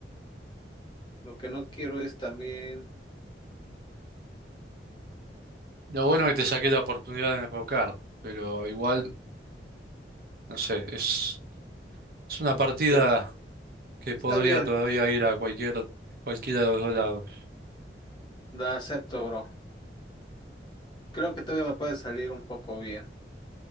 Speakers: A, on the left; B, on the right.
A: Lo que no quiero es también,
B: Lo bueno que te saqué la oportunidad de enrocar, pero igual, no sé, es, es una partida
A: pues,
B: que
A: está
B: podría
A: bien,
B: todavía ir a cualquier, cualquiera de los dos lados.
A: la acepto, bro. Creo que todavía me puede salir un poco bien.